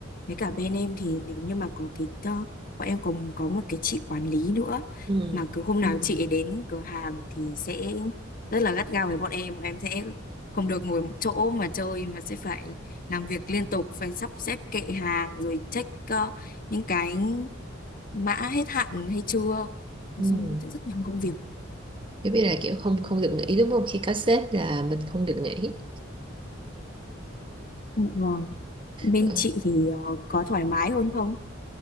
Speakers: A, on the left; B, on the right.
A: với cả bên em thì nếu như mà có cái ờ, bọn em còn có một cái chị quản lý nữa
B: Ừ.
A: mà cứ hôm Ừ. nào chị Ừ. ấy đến cửa hàng thì sẽ rất là gắt gao với bọn em bọn em sẽ không được ngồi một chỗ mà chơi mà sẽ phải làm việc liên tục phải sắp xếp kệ hàng rồi check ờ, những cái mã hết hạn hay chưa nói
B: Ừ.
A: chung sẽ rất nhiều công việc
B: Giống như là kiểu không không được nghỉ đúng không? Khi có sếp là mình không được nghỉ.
A: Vâng, bên
B: Ờ,
A: chị thì ờ, có thoải mái hơn không?